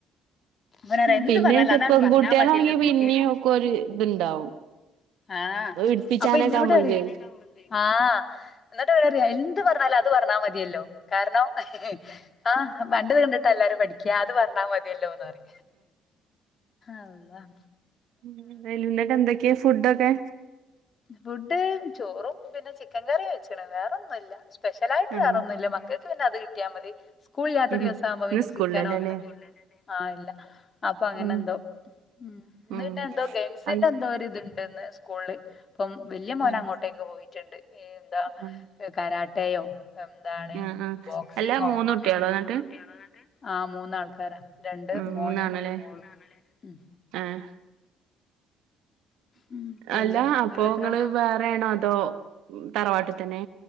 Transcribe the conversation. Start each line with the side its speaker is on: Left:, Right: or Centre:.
Left: ഓനറയാ എന്ത്‌
Right: പിന്നെ
Left: പറഞ്ഞാലു
Right: ചെപ്പം
Left: അതാ പറഞ്ഞാ
Right: കുട്ടികളാണെങ്കി
Left: മതിയെലോങ്ങക്
Right: പിന്നെയും ഒക്കെ ഒരു ഇത്ണ്ടാവും
Left: ആഹ്
Right: ഇടിപ്പിച്ചാനൊക്കെ
Left: അപ്പൊന്നോടറിയും
Right: നമ്മക്ക്
Left: ആഹ് എന്നിട്ട് ഓൻപറയ എന്ത്റഞ്ഞാലും അത് പറഞ്ഞാ മതിയല്ലോ കാരണം ആഹ് ആന്റത് കണ്ടിട്ടല്ലാരും പഠിക്ക അത് പറഞ്ഞാൽ മതിയല്ലോന്ന് പറിം അള്ളാഹ്
Right: <unintelligible> എന്തൊക്കെ ഫുഡൊക്കേ
Left: ഫുഡ് ചോറും പിന്നെ ചിക്കൻ കറിം വെച്ച് ക്ക്ണ് വേറൊന്നുല്ല സ്പെഷ്യലായിട്ട്
Right: ഉം
Left: വേറൊന്നുല്ല മക്കൾക്ക് പിന്നെ അത് കിട്ടിയാ മതി സ്കൂളില്ലാത്ത
Right: ഉം
Left: ദിവസാവുമ്പോ
Right: ഇന്ന്
Left: പിന്നെ
Right: സ്കൂളിലല്ലല്ലേ
Left: ചിക്കനോ അങ്ങനെ എന്തെ ആഹ് ഇല്ല അപ്പൊ അങ്ങനെ
Right: ഉം
Left: എന്തോ ഉം ഇന്ന്
Right: ഉം
Left: പിന്നെ എന്തോ ഗെയിംസിന്റെ
Right: അൻ
Left: എന്തോ ന്തോര്ത്ണ്ട്ന്ന് സ്കൂളില് അപ്പം വല്ല്യ മോനങ്ങോട്ടേക്ക്
Right: ഉം
Left: പോയിട്ടുണ്ട് എന്താ
Right: ഉം
Left: കരാട്ടയോ എന്താണ്
Right: ആഹ് ആഹ്
Left: ബോക്സിങ്ങോ
Right: അല്ല മൂന്ന്
Left: അങ്ങനെ
Right: കുട്ടികളോ
Left: <unintelligible>
Right: എന്നിട്ട്
Left: ഇങ്ങക്ക് ആഹ് മൂന്നാൾക്കാരാ രണ്ട്
Right: ഉം
Left: മോനും
Right: മൂന്നാള്
Left: ഒരു
Right: ല്ലേ
Left: മോളും ഉം
Right: ആഹ്
Left: ഉം പിന്നെ
Right: അല്ല അപ്പൊങ്ങള്
Left: ഇങ്ങക്ക് എത്ര ആളാ
Right: വേറെണോ അതോ തറവാട് തന്നെ